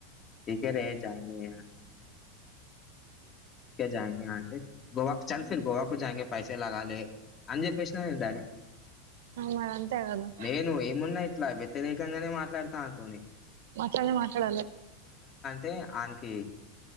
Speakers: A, on the left (about 30°); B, on the right (about 75°).
A: టికోరే జాంగే జయింగే గోవా చల్ ఫిర్ గోవాకు జయింగే పైసే లగాలే అని చెప్పేసినను నేను డైరెక్ట్
B: మరి అంతే కదా
A: నేను ఏమున్నాయి ఇట్లా వ్యతిరేకంగానే మాట్లాడుతా ఆన్ తోని
B: మాట్లాడ మాట్లాడాలే
A: తే అన్కి